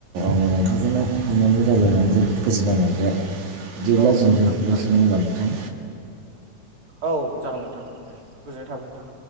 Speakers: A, on the right; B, on the right.
A: आ नोंथांजों थांनानै रायलायनानै जोबोद गोजोननाय मोनबाय आरो बिदिब्ला
B: औ
A: जों
B: नोंथां
A: दोनथ'नोनोसै
B: थारैनो
A: नङा होनब्ला नोंथां
B: औ जागोन नोंथां दे गोजोननाय थाबाय नोंथां